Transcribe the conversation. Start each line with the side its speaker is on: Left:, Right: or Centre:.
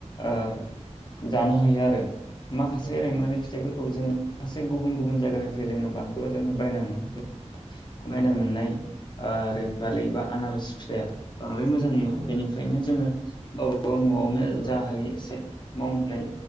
Left: ओ जानो हायो आरो। माखासे
Right: औ
Left: रैमालि
Right: औ
Left: फिथाइफोरखौ जोङो माखासे गुबुन गुबुन जायगानिफ्राय जोङो बा जों बायना मोनो। बायना
Right: उम
Left: मोननाय
Right: उम
Left: ओ रैमालि एबा आनारस फिथाइया बांद्राय मोजां नङा
Right: औ
Left: बेनिखायनो जोङो गावबागाव न' आवनो
Right: औ
Left: जा हायो एसे मावनानै